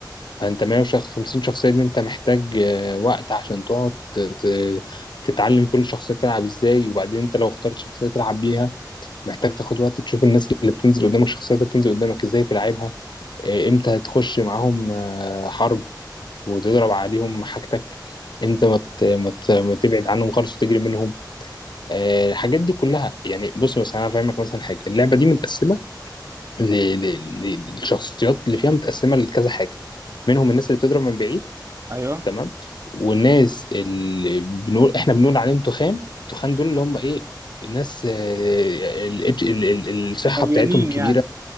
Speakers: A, on the left; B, on the right.
A: فانت 150 شخصيه دي انت محتاج آه، وقت عشان تقعد ت- ت- تتعلم كل شخصيه تلعب ازاي وبعدين انت لو اخترت شخصيه تلعب بيها محتاج تاخد وقت تشوف الناس اللي بتنزل قدامك الشخصيات اللي بتنزل قدامك ازاي تلعبها آه، امتى هتخش معاهم آه، حرب وتضرب عليهم حاجتك انت ما مت... مت... تبعد عنهم خالص وتجري منهم آه، الحاجات دي كلها يعني بص مثلا انا فاهمك مثلا حاجه اللعبه دي متقسمه ل... ل... للشخصيات اللي فيها متقسمه لكذا حاجه منهم الناس اللي بتضرب من بعيد
B: ايوه
A: تمام والناس اللي بنقول احنا بنقول عليهم تخان التخان دول اللي هم ايه الناس آه، ال- ال- ال- الصحه
B: مليانين
A: بتاعتهم كبيره
B: يعني